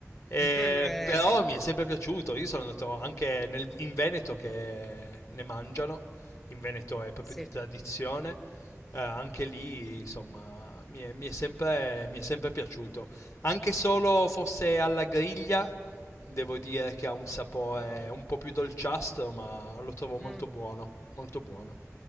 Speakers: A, on the left (about 60°); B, in the centre.
A: Eh,
B: Eh,
A: però mi è sempre piaciuto. Io sono andato anche nel- in Veneto che ne mangiano. In Veneto è proprio
B: sì.
A: di tradizione. Eh, anche lì, insomma, mi è, mi è sempre, mi è sempre piaciuto. Anche solo fosse alla griglia, devo dire che ha un sapore un po' più dolciastro, ma lo trovo molto
B: Mm,
A: buono, molto buono.